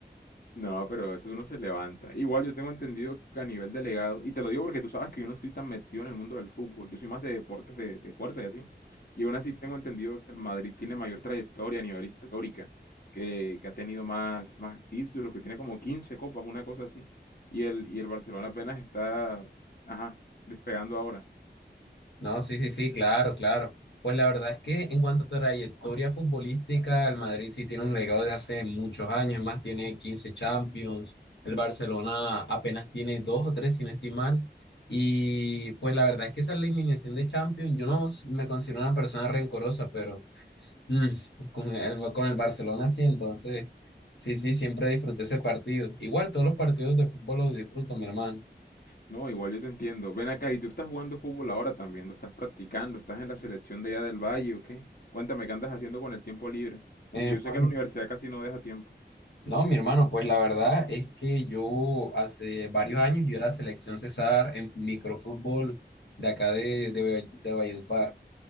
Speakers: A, on the left; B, on the left.
A: No, pero eso uno se levanta. Igual yo tengo entendido que a nivel delegado, y te lo digo porque tú sabes que yo no estoy tan metido en el mundo del fútbol, yo soy más de deportes de, de fuerza y así, y aún así tengo entendido que el Madrid tiene mayor trayectoria a nivel histórica, que, que ha tenido más, más títulos, que tiene como 15 copas, una cosa así, y el, y el Barcelona apenas está, ajá, despegando ahora.
B: No, sí, sí, sí, claro, claro. Pues la verdad es que en cuanto a trayectoria futbolística, el Madrid sí tiene un legado de hace muchos años, es más tiene 15 Champions, el Barcelona apenas tiene dos o tres, sin estimar. Y pues la verdad es que esa eliminación de Champions, yo no s- me considero una persona rencorosa, pero mm, <laughs> con el, con el Barcelona sí, entonces sí, sí, siempre disfruté ese partido. Igual todos los partidos de fútbol los disfruto, mi hermano.
A: No, igual yo te entiendo. Ven acá, y tú estás jugando fútbol ahora también, lo estás practicando, estás en la selección de allá del Valle, ¿o qué? Cuéntame, ¿qué andas haciendo con el tiempo libre?
B: Eh,
A: Aunque yo
B: pues
A: sé que la universidad casi no deja tiempo.
B: No, mi hermano, pues la verdad es que yo hace varios años yo era selección César en microfútbol de acá de, de, Vall- de Valledupar,